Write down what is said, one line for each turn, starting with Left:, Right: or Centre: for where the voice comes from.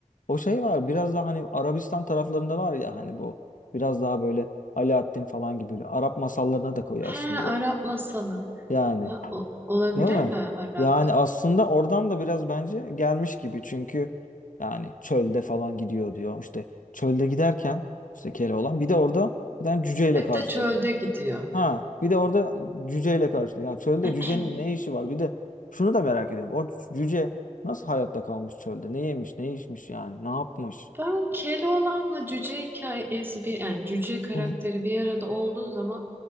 Left: O şey var biraz daha hani Arabistan taraflarında var ya hani bu biraz daha böyle Alaaddin falan gibi böyle Arap masallarına da koyuyor
Right: He
Left: aslında
Right: Arap
Left: böyle.
Right: masalı.
Left: Yani
Right: Ha, o- olabilir
Left: değil mi?
Right: mi Arap?
Left: Yani aslında oradan da biraz bence gelmiş gibi çünkü yani çölde falan gidiyor diyor. İşte çölde giderken işte Keloğlan bir de orada bir tane cüceyle
Right: Hep
Left: karşılaşıyor.
Right: de çölde gidiyor.
Left: Ha, bir de orada cüceyle karşılıyor. Ya çölde
Right: <clears throat>
Left: cücenin ne işi var? Bir de şunu da merak ediyorum. O cüce nasıl hayatta kalmış çölde? Ne yemiş, ne içmiş yani? Ne yapmış?
Right: Ben Keloğlan'la cüce hikayesi bir yani cüce karakteri
Left: Hı hı.
Right: bir arada olduğu zaman